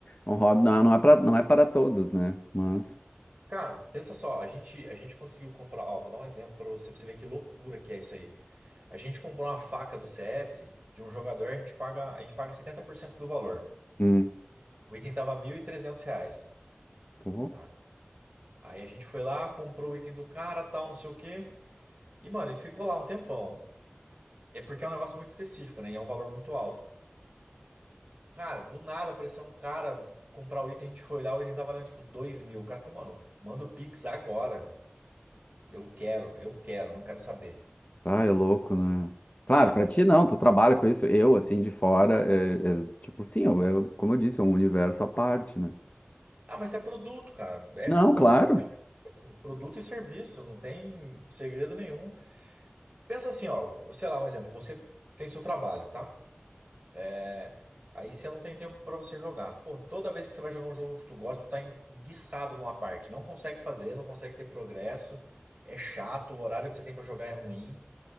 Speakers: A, on the left (about 35°); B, on the right (about 35°).
A: um hobby não, não é para, não é para todos, né? Mas,
B: Cara, pensa só, a gente, a gente conseguiu comprar, ó, vou dar um exemplo pra você, pra você ver que loucura que é isso aí. A gente comprou uma faca do CS de um jogador, a gente paga, a gente paga 70% do valor.
A: hum,
B: O item tava 1.300 reais,
A: pô,
B: tá? Aí a gente foi lá, comprou o item do cara, tal, não sei o quê. E, mano, ele ficou lá um tempão. É porque é um negócio muito específico, né? E é um valor muito alto. Cara, do nada apareceu um cara comprar o item, a gente foi lá, o item tava valendo tipo dois mil. O cara falou, mano, manda o Pix agora. Eu quero, eu quero, não quero saber.
A: ah, é louco, né? Claro,
B: Ah, então.
A: para ti não, tu trabalha com isso. Eu, assim, de fora, é, é, tipo, sim, eu, eu- como eu disse, é um universo à parte, né?
B: Ah, mas é produto, cara. É
A: Não,
B: com- como
A: claro.
B: qualquer outra coisa. assim, Produto e serviço, não tem segredo nenhum. Pensa assim, ó, sei lá, um exemplo, você tem seu trabalho, tá? É, Aí você não tem tempo pra você jogar. Pô, toda vez que você vai jogar um jogo que tu gosta, tu tá enguiçado numa parte, não consegue fazer, não consegue ter progresso, é chato, o horário que você tem pra jogar é ruim.